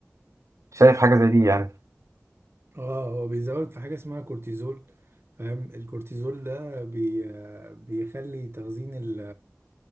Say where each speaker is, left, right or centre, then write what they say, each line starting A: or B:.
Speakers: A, on the right (about 80°); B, on the right (about 50°).
A: شايف حاجه زي دي يعني
B: اه هو بيزود في حاجة اسمها كورتيزول فاهم الكورتيزول ده بي آه، بيخلي تخزين ال